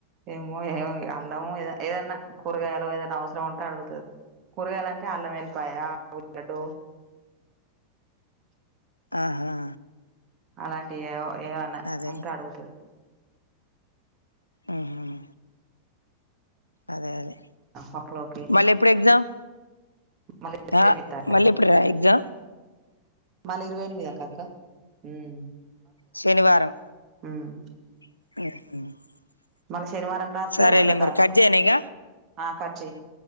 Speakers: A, on the right; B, on the left.
A: ఏమో ఏమో ఇగ అల్లం ఏదో ఏదన్నా కూరగాయలు ఏదన్నా అవసరం ఉంటే అడుగుతాది కూరగాయలంటే అల్లం ఎల్లిపాయ ఉల్లిగాడో
B: ఆహా
A: అలాంటి ఏవో ఎదనా
B: అదేలే
A: ఉంటే అడుగుతుది
B: ఉహు అదే అదే
A: పప్పులోకి
B: మళ్ళీ ఎప్పుడు ఎగ్జామ్
A: మళ్ళీ ఇరవై
B: ఆ
A: ఎనిమిది తారీఖు
B: మళ్ళీ ఎప్పుడు రా ఎక్సమ్
A: మళ్ళీ ఇరవై ఎనిమిదాకాక ఉమ్
B: శనివారం
A: ఉమ్
B: <unintelligible>
A: మళ్ళ శనివారం రాత్రి
B: సరేలే
A: రొండో
B: మరి
A: తారీక
B: కట్
A: కు
B: చేయనా ఇగ
A: ఆ కట్ చెయ్